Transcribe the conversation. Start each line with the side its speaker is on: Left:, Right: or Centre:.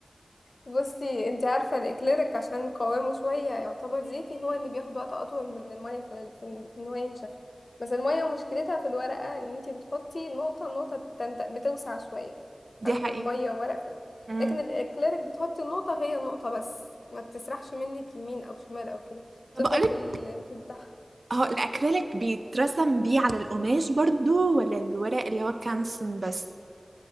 Left: بصي انت عارفة الاكليريك عشان قوامه شوية يعتبر زيتي هو اللي بياخد وقت اطول من المية في, في, في ان هو ينشف بس المية مشكلتها في الورقة ان انت بتحطي نقطة نقطة بتنت- بتوسع شوية
Right: دي
Left: علشان
Right: حقيقة
Left: مية وورقة
Right: امم
Left: لكن الاكليريك بتحطي النقطة هي النقطة بس ما بتسرحش منك يمين او شمال او كده
Right: طب
Left: تفضل
Right: اقولك
Left: في الانبوت بتاعها
Right: هو الاكريليك بيترسم بيه على القماش برضو ولا الورق اللي هو كانسون بس